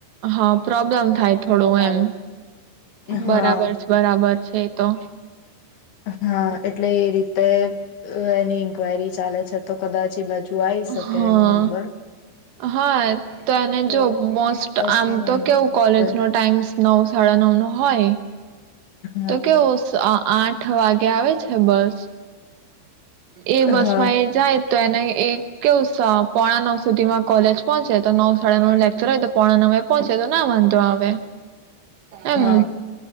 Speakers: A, on the right; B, on the left.
A: હા પ્રોબ્લેમ થાય થોડું
B: આવે.
A: એમ
B: હા
A: બરાબર છે બરાબર છે તો
B: હા એટલે એ રીતે એની ન્ક્વાયરી ચાલે છે તો કદાચ એ બાજુ આવી શકે
A: હા
B: એનો નંબર
A: હા તને
B: તો
A: જો મોસ્ટ
B: બસ
A: આમ
B: માં
A: તો
B: વાંધો
A: કેવું
B: ના
A: કોલેજનો
B: આવે
A: ટાઈમ નવ સાડા નવ નો હોય
B: હા
A: તો કેવુ આઠ આઠ વાગે આવે છે બસ એ બસ
B: હા
A: માં એ જાય તો એને એ કેવું પોણા નવ સુધીમાં કોલેજ પહોંચે તો નવ સાડા નવ નું લેકચર હોય તો પોણા નવે પહોંચે તો ના વાંધો આવે એમ
B: હા